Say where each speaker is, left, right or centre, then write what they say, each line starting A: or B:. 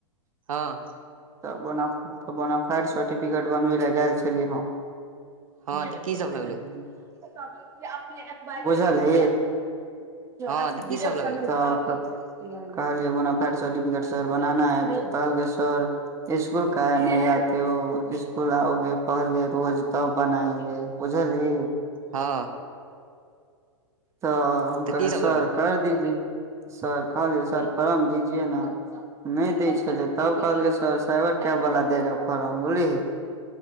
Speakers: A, on the right (about 90°); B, on the right (about 15°).
A: हँ
B: तऽ बौना बोनाफायट सर्टिफिकेट बनबी लए गेल छली हम
A: हँ तऽ
B: बुझलदि <unintelligible>
A: की सब लगलौ हँ
B: अथ
A: तऽ की
B: िर्शन
A: सब लगलौ
B: <unintelligible> कहलै बना फट सर्टिफिकेट सर बनाना है तऽ कहलकै सर स्कूल कहे नहि आते हो स्कूल आओगे पहले रोज तब बनाएंगे गे बुझलही
A: हँ
B: तऽ हम
A: तऽ
B: कहलिये
A: की सब
B: सर
A: लगलौ
B: कर दीजिए सर कह सर फर्म दीजियए ने नहि दै छलै तब कहलकै सर साइबर कैफ़े बाला देगा फोर्म बुझलीही